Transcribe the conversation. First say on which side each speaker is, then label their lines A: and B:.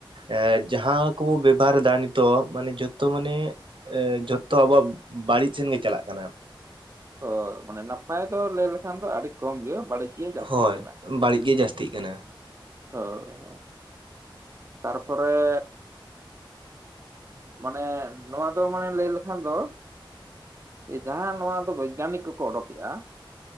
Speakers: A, on the right; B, on the right.
A: ᱮᱸ ᱡᱟᱦᱟᱸ ᱠᱚ ᱵᱚ ᱵᱮᱵᱷᱟᱨ ᱮᱫᱟ ᱱᱤᱛᱚᱜ ᱢᱟᱱᱮ ᱡᱷᱚᱛᱚ ᱢᱟᱱᱮ ᱡᱷᱚᱛᱚ ᱟᱵᱚᱣᱟᱜ ᱵᱟᱹᱲᱤᱡ ᱥᱮᱱ ᱜᱮ ᱪᱟᱞᱟᱜ ᱠᱟᱱᱟ ᱾
B: ᱦᱳ ᱢᱟᱱᱮ ᱱᱟᱯᱟᱭ ᱫᱚ ᱞᱟᱹᱭ ᱞᱮᱠᱷᱟᱱ ᱫᱚ ᱟᱹᱰᱤ ᱠᱚᱢ ᱜᱮ ᱵᱟᱹᱲᱤᱡ ᱜᱮ ᱡᱟᱹᱥᱛᱤᱜ
A: ᱦᱳᱭ
B: ᱠᱟᱱᱟ ᱾
A: ᱵᱟᱹᱲᱤᱡ ᱜᱮ ᱡᱟᱹᱥᱛᱤᱜ ᱠᱟᱱᱟ ᱾
B: ᱦᱳᱻ ᱾ ᱛᱟᱨ ᱯᱚᱨᱮ ᱢᱟᱱᱮ ᱱᱚᱣᱟ ᱫᱚ ᱢᱟᱱᱮ ᱞᱟᱹᱭ ᱞᱮ ᱠᱷᱟᱱ ᱫᱚ ᱡᱟᱦᱟᱸ ᱱᱚᱣᱟ ᱫᱚ ᱵᱳᱭᱜᱟᱱᱤᱠ ᱠᱚ ᱠᱚ ᱚᱰᱚᱠᱮᱫᱼᱟ,